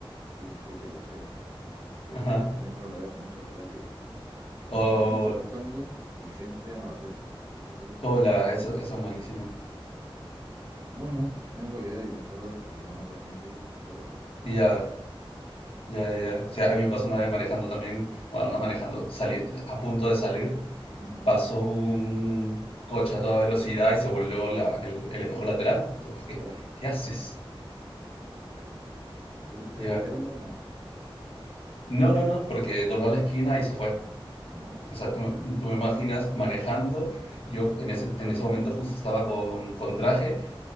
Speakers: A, on the right (about 35°); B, on the left (about 75°).
A: y conseguirle cochera. Porque
B: Ajá.
A: también me lo rayaron mucho en la calle. Algunos,
B: Oh,
A: algunos aparcando y gente a mala fe. Entonces, pues,
B: hola, eso, eso es malísimo.
A: bueno, es lo que hay, te enfadas, pero como no sabes quién ha sido, ¿qué lo haces?
B: Ya,
A: No
B: ya,
A: sé, no se
B: ya.
A: puede hacer
B: O sea,
A: mucho
B: a mí
A: más.
B: me pasó una vez manejando también, bueno, no manejando, saliendo, a punto de salir,
A: Ujú.
B: pasó un coche a toda velocidad y se volvió la- el, el espejo lateral. Fue como que,
A: Oh,
B: ¿qué haces?
A: Dios. ¿Pudiste
B: Ya.
A: pillarlo? o No.
B: No, no, no, porque dobló la esquina y se fue.
A: Oh,
B: O sea, tú,
A: vale,
B: tú me imaginas
A: vale.
B: manejando, yo en ese, en ese momento
A: Sí,
B: justo
A: sí,
B: estaba con, con traje